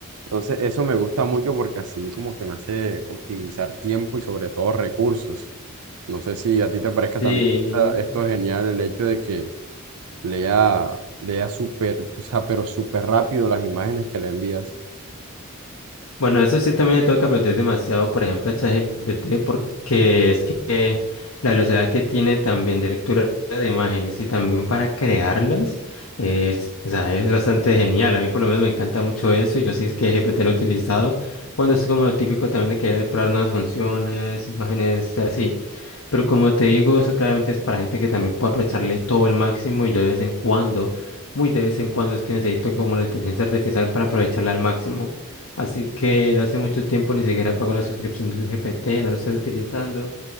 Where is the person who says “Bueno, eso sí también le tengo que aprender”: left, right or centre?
Left